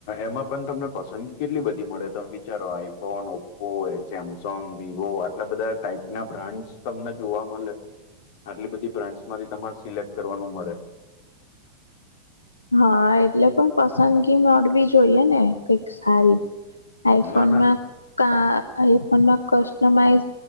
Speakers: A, on the left; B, on the left.
A: એમાં પણ તમને પસંદગી કેટલી બધી મળે તમે વિચારો આઈફોન ઓપ પો એ સેમસંગ વિવો આટલા બધા ટાઈપ ના બ્રાન્ડ તમને જોવા મળે. આટલી બધી બ્રાન્ડસ માંથી તમારે સિલેક્ટ કરવાનું મળે.
B: હા એટલે પણ પસંદગી મળવી જોઈએ ને કઈક સારી આઈફોનમાં.
A: ના ના
B: કા આઈફોનમાં કસ્ટમાઈ